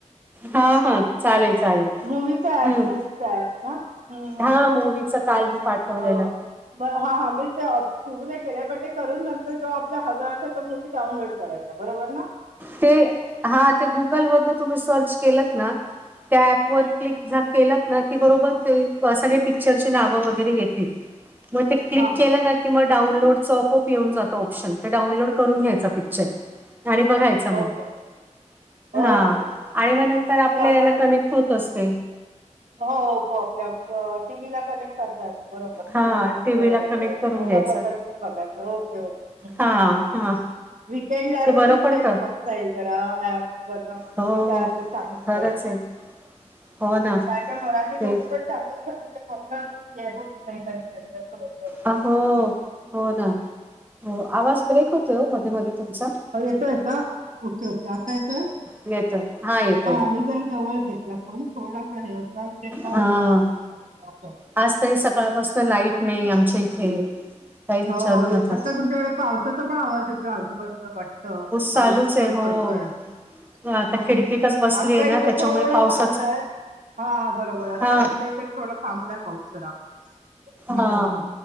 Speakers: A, on the right; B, on the right.
A: हा हा चालेल, चालेल.
B: मूवीचा
A: हं.
B: ऍप, मूवीचा ऍप ना हूं हूं
A: हा मूवीचं काल मी पाठवलेलं
B: अ. बरं हा हा मीशो आप. सुरू नाही केल पण ते करून नंतर जो आपला हवा असेल तो मुव्ही डाउनलोड करायचा बरोबर ना.
A: ते हा ते गुगल वरन तुम्ही सर्च केलत ना त्या ऍप वर
B: हम्म
A: क्लिक
B: हम्म हम्म.
A: झा केलंत. ना की बरोबर ते सगळे पिक्चरची नाव वगैरे येतील मग ते क्लिक
B: हां
A: केलं
B: हां हां
A: ना
B: हां.
A: किं मं डाऊनलोड चं आपोप येऊन जातं ऑप्शन ते डाऊनलोड करून
B: हम्म
A: घ्यायचा
B: हम्म
A: पिक्चर
B: हम्म.
A: आणि बघाय चा मग
B: ओके ओके. ओके,
A: हा
B: ओके
A: आणि म
B: मग
A: नंतर
B: हां,
A: आपल्या
B: ते आपण
A: याला
B: हो,
A: कनेक्ट होतं असंते.
B: हो ओपो आपल्या टीव्हीला कनेक्ट करतात बरोबर,
A: हा टीव्हीला
B: बरोबर
A: कनेक्ट करून
B: तश्या
A: घ्यायचं.
B: पद्धतीन बघायचं ओके-ओके.
A: हा हा
B: वीकेंड ला आता
A: ते बरं
B: सुट्टी
A: पडतं
B: ये त बघता येईल जरा ऍप. बर न
A: हो.
B: बी काय असेल चांगली
A: खरंच
B: कर म्हणून.
A: आहे हो ना.
B: त्याच्यावर मराठी
A: ते
B: मूवी पण चांगलं अश्या म्हणजे बघणच येत होत नाही कधी कधी असं. होतं.
A: अ हो
B: हं,
A: हो ना हो आवाज ब्रेक होतोय ओ मध्ये मध्ये तुमचा.
B: हो येतोय का ओके-ओके आता येतोय.
A: येतोय हा येतोय येतो.
B: मी जरा जवळ घेतला फोन थोडासा हे होता टेबलावर
A: हा
B: होता त्याच्यामुळे. <inaudible>
A: आज तरी सकाळपासन लाईट नाही आमच्या इथे. काही विचारू
B: हो होय
A: नका
B: आता तुमच्याकडे पावसाचा पण आवाज येतोय आजूबाजूला वाटत
A: चालूच
B: पाऊस पड
A: आहे हो.
B: पडतोय हूं!
A: आता
B: हूं
A: खिडकीतच
B: हूं
A: बसलीय
B: आता
A: ना
B: इथे
A: त्याच्यामुळे
B: थोडा
A: पावसाचा
B: थांबलाय हा बरोबर आता
A: हा
B: आमचं ये थे थोडा थांबलाय पाऊस जरा. हम्म.
A: हा
B: हम्म.